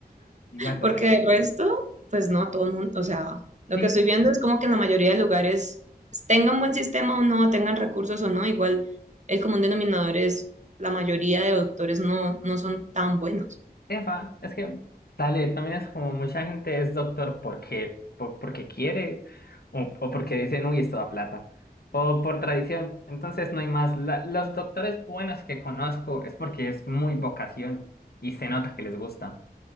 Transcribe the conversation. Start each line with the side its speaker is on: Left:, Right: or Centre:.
Left: Igual socialismo.
Right: porque el resto, pues no, todo el mundo, o sea, lo
Left: Sí,
Right: que estoy viendo es como que en la mayoría de lugares tengan buen sistema o no, tengan recursos o no, igual el común denominador es la mayoría de doctores no, no son tan buenos.
Left: Epa, es que, dale, también es como mucha gente es doctor porque, por- porque quiere o, o porque dicen, uy, esto da plata, o por tradición. Entonces no hay más. La- los doctores buenos que conozco es porque es muy vocación y se nota que les gusta.